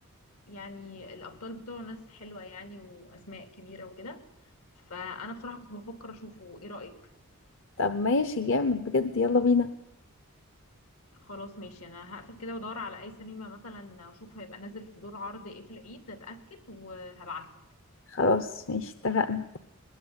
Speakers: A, on the left; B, on the left.
A: يعني الأبطال بتوعه ناس حلوة يعني وأسماء كبيرة وكده فأنا بصراحة كنت بفكر أشوفه إيه رأيك؟
B: طب ماشي جامد بجد يلا بينا
A: خلاص ماشي أنا هقفل كده وأدور على أي سينما مثلا أشوف هيبقى نازل في دور عرض إيه في العيد أتأكد وهبعتلك
B: خلاص ماشي اتفقنا